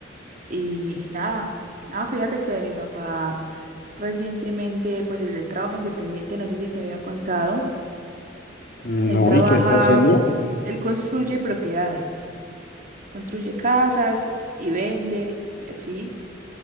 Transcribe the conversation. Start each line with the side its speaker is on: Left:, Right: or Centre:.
Right: y, y nada. Ah, fíjate que mi papá recientemente, pues el del trabajo independiente, no sé si te había contado,
Left: Mm,
Right: él
Left: No,
Right: trabaja,
Left: ¿y qué está haciendo?
Right: él construye propiedades, construye casas y vende y así.